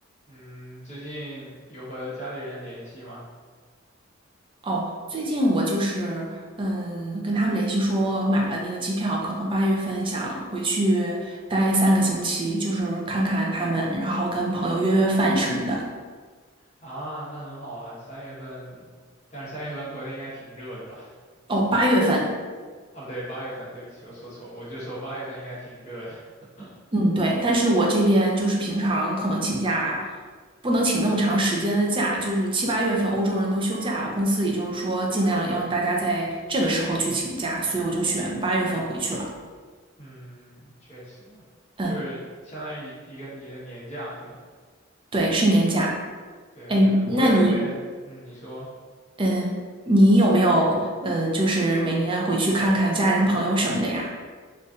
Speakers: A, on the left; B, on the right.
A: 嗯，最近有和家里人联系吗？
B: 哦，最近我就是嗯跟他们联系说，我买了那个机票，可能八月份想回去待三个星期，就是看看他们，然后跟朋友约约饭什么的。
A: 啊，那很好啊，三月份，但是三月份国内应该挺热的吧？
B: 哦，八月份，
A: 啊，不对，八月份，对不起，我说错，我就说八月份应该挺热的。<laughs>
B: 嗯对，但是我这边就是平常可能请假不能请那么长时间的假，就是七八月份欧洲人都休假了，公司也就是说尽量让大家在这个时候去请假，所以我就选八月份回去了。
A: 嗯，确实，
B: 嗯，
A: 就是相当于一个你的年假是吧？
B: 对，是年假。
A: 对，
B: 哎，
A: 我也我也很，
B: 那你？
A: 嗯，你说。
B: 嗯，你有没有嗯，就是每年回去看看家人、朋友什么的呀？